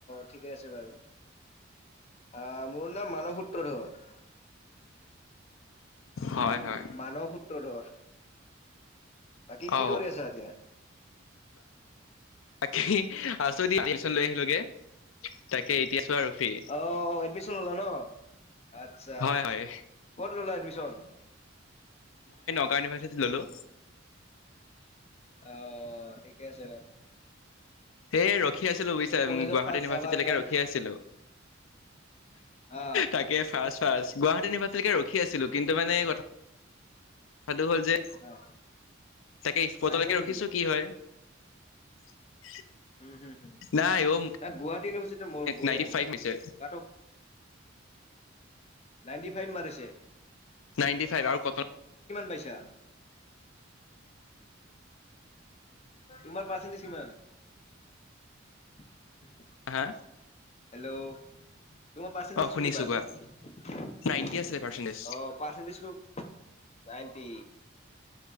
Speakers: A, on the left; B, on the left.
A: ঠিকে আছে বাৰু অহ মোৰ নাম মানৱ সূত্ৰধৰ।
B: হয়, হয়
A: মানৱ সূত্ৰধৰ বাকী কি
B: অ
A: কৰি আছা এতিয়া?
B: তাকে আছো দিয়া, এডমিচন লৈ আহিলোগে তাকে এতিয়া আছো আৰু ফ্ৰী
A: অ অ এডমিচন ললা ন? আচ্ছা
B: হয় হয়
A: ক'ত ললা এডমিচন?
B: গুৱাহাটী ইউনিভাৰ্চিটিত ললোঁ।
A: অ ঠিকে আছে, বাৰু
B: সে ৰ <unintelligible> ৰখি আছিলোঁ, বুজিছা
A: কলেজত
B: গুৱাহাটী
A: ফাৰ্ষ্ট
B: ইউনিভাৰ্চিটিলৈকে
A: যাবা এইবাৰ
B: ৰখি আছিলোঁ,
A: অ
B: তাকে ফাৰ্ষ্ট ফাৰ্ষ্ট গুৱাহাটী ইউনিভাৰ্ছিটিলৈকে ৰখি আছিলো, কিন্তু মানে কথা সাধু হ'ল যে,
A: অ
B: তাকে সফতলৈকে
A: নাহিলে নেকি
B: ৰখিছো কি হয়? <inaudible>
A: উম, হম, হম
B: নাই অ'
A: এ গুৱাহাটী ইউনিভাৰ্চিটি মোৰ বঢ়িয়া
B: নাইনটি
A: হব
B: ফাইভ আহিছে,
A: তাতো নাইনটি খাই মৰিছে।
B: নাইনটি ফাইভ আৰু কটন
A: পাইছা তোমাৰ পাৰ্চেণ্টেজ কিমান? উ <inaudible>
B: হা
A: অ তোমাৰ পাৰ্চেন্টেজটো
B: অ শুনিছো
A: কিমান
B: কোৱা
A: অ
B: নাইনটি আছিলে পাৰ্চেন্টেজ।
A: পাৰ্চন্টেজ নাইণ্টি।